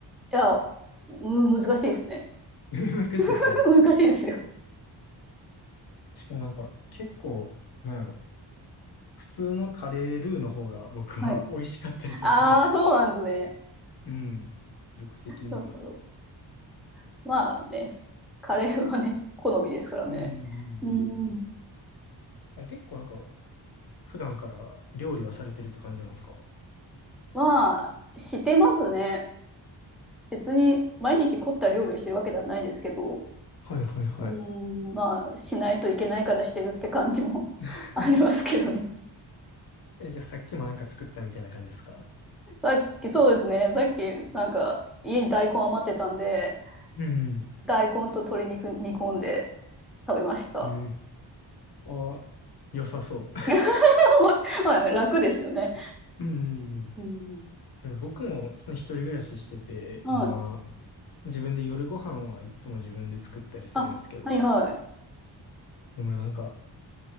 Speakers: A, in the centre; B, on the left.
A: いや、む、難しいですね。
B: <laughs> 難しいですよね。
A: <laughs> 難しいですよ。
B: しかもなんか、結構、なんやろ。普通のカレールーの方が僕は
A: はい。
B: <laughs> 美味しかったりするかも。
A: ああ、そうなんですね。
B: うん。僕的には。
A: そうそうまあね、カレーはね、好みですからね。
B: うんうんうんうんう
A: うん。
B: ん。あれ結構なんか、普段から料理はされてるって感じなんですか <laughs>
A: まあ、してますね。別に毎日凝った料理をしてるわけではないですけど、う
B: はいはいはい。
A: ーん。まあ、しないといけないからしてるって感じも
B: <laughs>
A: <laughs> ありますけどね。
B: え、じゃあさっきもなんか作ったみたいな感じですか
A: さっき、そうですね。さっき、なんか、家に大根余ってたんで、
B: うん。
A: 大根と鶏肉煮込んで食べました。
B: えあ、良さそ
A: <laughs> まあ、楽ですよね。
B: う。<laughs> うんうんうん
A: うん。
B: でも僕もその一人暮らししてて、
A: はい。
B: 今、自分で夜ご飯はいつも自分で作ったりするんですけど、
A: あ、はいはい。
B: でもなんか